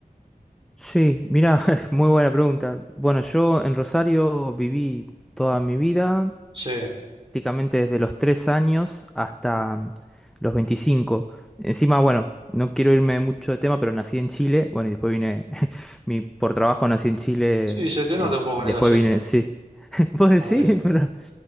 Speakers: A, in the centre; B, on the right (about 35°).
A: Sí, mira, <laughs> muy buena pregunta. Bueno, yo en Rosario viví toda mi vida,
B: Sí,
A: prácticamente desde los 3 años hasta mm, los 25. Encima, bueno, no quiero irme mucho de tema, pero nací en Chile, bueno, y después vine, <laughs> mi, por trabajo nací en Chile,
B: sí, se te
A: eh,
B: nota un poco
A: y
B: en
A: después
B: el acento.
A: vine, sí. <laughs> ¿Vos decís?
B: A ver.
A: Pero...